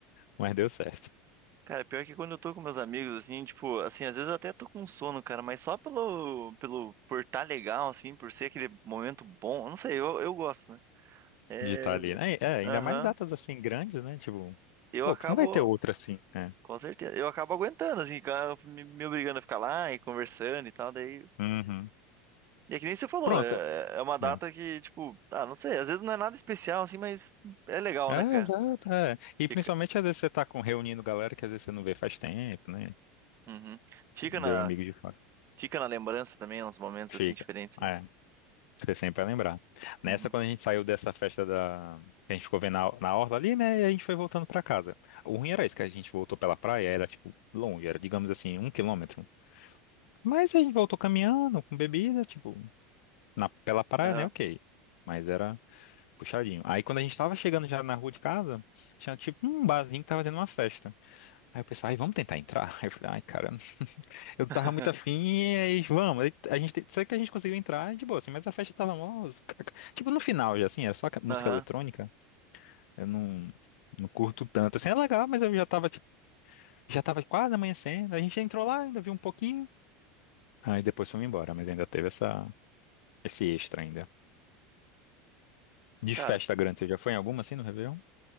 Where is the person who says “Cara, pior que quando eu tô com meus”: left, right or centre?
Right